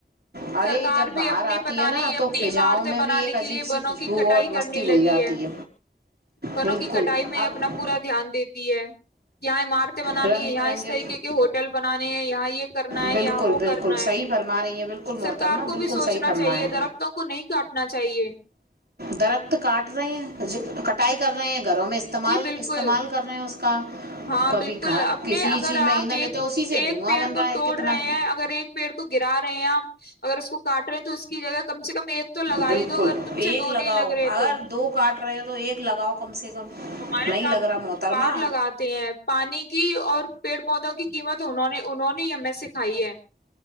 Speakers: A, on the right (about 85°); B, on the left (about 85°).
A: ارے
B: سرکار
A: جب باہر
B: بھی اپنے
A: آتی
B: پت
A: ہے نا
B: نہیں اپنی
A: تو فضاؤں
B: عمارتیں
A: میں
B: بنانے
A: بھی ایک
B: کے
A: عجیب
B: لیے بنوں
A: سی خوشبو
B: کی کٹائی
A: اور مستی
B: کرنے لگی
A: گھل جاتی
B: ہے بنوں
A: بالکل
B: کی کٹائی میں
A: آپ
B: اپنا پورا دھیان دیتی ہے جائے مار بنانی
A: رنگ
B: ہے یہاں
A: برنگے
B: اس طریقے کے ہوٹل بنانے ہیں یہاں یہ کرنا
A: بالکل
B: ہے یہاں وہ
A: بالکل
B: کرنا ہے
A: صحیح فرما رہی ہیں بالکل محترمہ
B: سرکار کو
A: بالکل
B: بھی سوچنا
A: صحیح فرمایا
B: چاہیے درختوں کو نہیں کاٹنا چاہیے جئیے <inaudible>
A: درخت کاٹ رہے ہیں کٹائی کر رہے ہیں گھروں میں استعمال
B: جی بالکل
A: استعمال کر رہے ہیں اس کا
B: ہاں
A: کبھی
B: بالکل اپنے
A: کسی
B: اگر
A: چیز
B: آپ
A: میں ایندھن لیتے
B: ایک
A: ہیں، اسی سے
B: ایک
A: دھواں
B: پیڑ
A: بن
B: کو
A: رہا ہے
B: توڑ
A: کتنا
B: رہے ہیں اگر ایک پیڑ کو گرا رہے رہے ہیں آپ اگر اس کو کاٹ رہے ہیں تو اس کی جگہ کم سے کم ایک تو لگا
A: بالکل
B: ہی دو اگر تم سے
A: ایک
B: دو
A: لگاؤ
B: نہیں لگ رہے
A: اگر
B: تو
A: دو کاٹ رہے ہو تو ایک لگاؤ کم سے کم
B: ہمارے
A: نہیں لگ
B: دادو تو
A: رہا محترما
B: ہر بار لگاتے ہیں پانی کی اور پیڑ پودوں کی قیمت انہوں نے انہوں نے ہی ہمیں سے کھائی ہے